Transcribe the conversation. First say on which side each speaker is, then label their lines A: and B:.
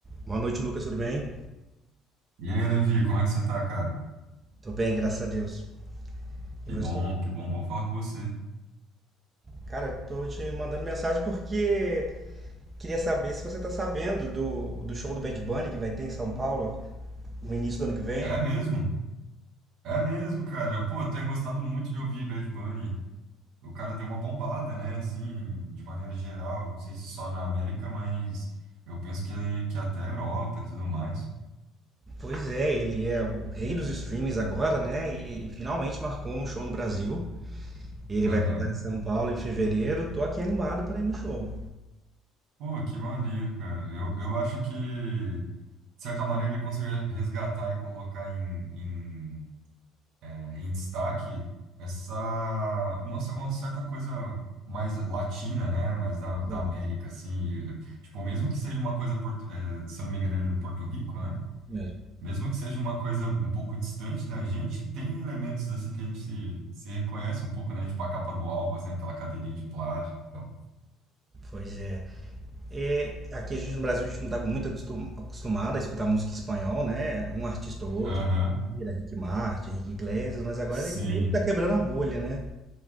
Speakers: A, on the right; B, on the right.
A: Boa noite, Lucas, tudo bem?
B: E aí, Levi, como é que você tá, cara?
A: Tô bem, graças a Deus.
B: Que
A: E você?
B: bom, que bom, bom falar com você.
A: Cara, tô te mandando mensagem porque queria saber se você tá sabendo do, do show do Bad Bunny que vai ter em São Paulo no início do ano que vem.
B: É mesmo? É mesmo, cara. Pô, eu tenho gostado muito de ouvir Bad Bunny. O cara deu uma bombada, né? Assim, de maneira geral. Não sei se só na América, mas eu penso que, que até a Europa e tudo mais.
A: Pois é, ele é o rei dos streams agora, né? E finalmente marcou um show no Brasil. Ele
B: Aham.
A: vai cantar em São Paulo em fevereiro. Tô aqui animado para ir no show.
B: Pô, que maneiro, cara. Eu, eu acho que, de certa maneira, ele conseguiu resgatar e colocar em, em eh, em destaque essa uma, ce- uma certa coisa mais latina, né? Mais da,
A: Pois
B: da
A: é,
B: América, assim. E, Tipo, mesmo que seja uma coisa, portu- eh, se eu não me engano, ele é do Porto Rico, né?
A: isso mesmo.
B: Mesmo que seja uma coisa um pouco distante da gente, tem elementos assim que a gente se, se reconhece um pouco, né? Tipo a capa do álbum, assim, aquela cadeirinha de plástico. e tal.
A: Pois é. É, aqui a gente no Brasil a gente não está muito acostum- acostumado a escutar música em espanhol, né? Um artista ou outro,
B: Aham,
A: Shakira, Rick Martin, Henrique Iglesias, mas agora
B: Sim.
A: ele meio que tá quebrando a bolha, né?